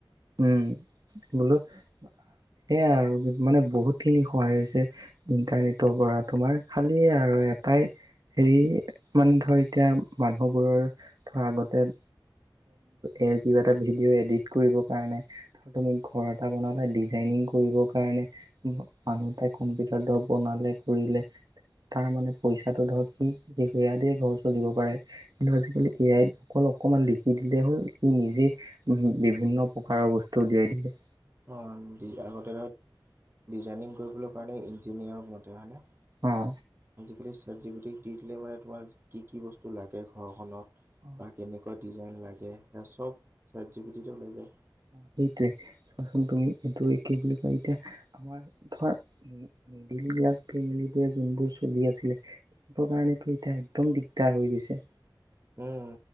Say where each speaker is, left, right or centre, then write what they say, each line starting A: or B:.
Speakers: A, on the right; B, on the right.
A: উম। বোলো সেয়া আৰু মানে বহুত খিনি সহায় হৈছে। ইণ্টাৰনেটৰ পৰা তোমাৰ খালী আৰু এটাই। হেৰি মানে ধৰ এতিয়া মানুহবোৰৰ ধৰ আগতে। এ কিবা এটা ভিডিঅ' এডিট কৰিবৰ কাৰণে। তুমি ঘৰ এটা বনালা ডিজাইনিং কৰিবৰ কাৰণে মানুহ তাই কম্পিউটাৰ। ৰ বনালে কৰিলে। তাৰ মানে পইচাটো ধৰক সি সিবিলা দিয়ে ঘৰ চলিব পাৰে। কিন্তু আজিকালি
B: অ
A: এ আই ত অকল অকমান লিখি দিলেই হ'ল নিজে উম বিভিন্ন প্ৰকাৰৰ বস্তু উলিয়াই দিলে।
B: অ', আগতে ধৰক ডিজাইনিং কৰিবলৈ কাৰণে ইঞ্জিনিয়াৰ মতে হয়নে?
A: অঁ।
B: আজিকালি ছেট যি পি টিক দি দিলে মানে তোমাৰ কি কি বস্তু লাগে ঘৰখনত।
A: অ
B: বা কেনেকুৱা ডিজাইন লাগে সেয়া চব ছেত জি পি টিত এ ওলাই যায়।
A: অ সেইটোৱে চোৱাচোন তুমি এইটোৱে কি বুলি কয় এতিয়া আমাৰ ধৰ। মিডিল ক্লাছ ফেমিলি বোৰে যোনবোৰ চলি আছিলে। কাৰণেতো এতিয়া একদম দিগদাৰ হৈ গৈছে।
B: উম।